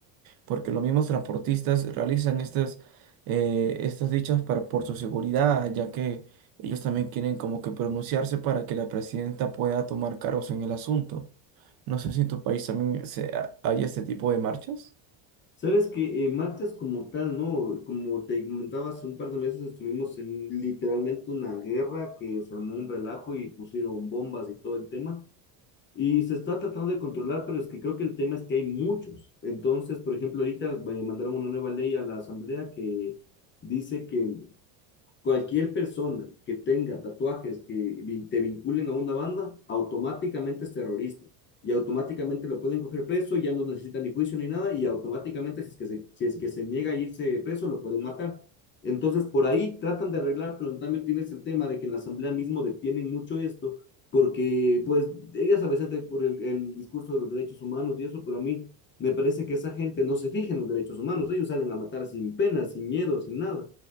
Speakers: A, on the right; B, on the left.
A: porque los mismos transportistas realizan estas, eh, estas dichas para, por su seguridad, ya que ellos también quieren como que pronunciarse para que la presidenta pueda tomar cargos en el asunto. No sé si en tu país también se, ha- hay este tipo de marchas.
B: Sabes que eh, marchas como tal, ¿no? Como te comentaba hace un par de meses, estuvimos en literalmente una guerra que se armó un relajo y pusieron bombas y todo el tema. Y se está tratando de controlar, pero es que creo que el tema es que hay muchos. Entonces, por ejemplo, ahorita eh, mandaron una nueva ley a la Asamblea que dice que Cualquier persona que tenga tatuajes que te vinculen a una banda, automáticamente es terrorista. Y automáticamente lo pueden coger preso, ya no necesita ni juicio ni nada, y automáticamente, si es que se, si es que se niega a irse preso, lo pueden matar. Entonces, por ahí tratan de arreglar, pero en cambio tienes el tema de que en la asamblea mismo detienen mucho esto, porque pues ellas a veces por el, el discurso de los derechos humanos y eso, pero a mí me parece que esa gente no se fija en los derechos humanos, ellos salen a matar sin pena, sin miedo, sin nada.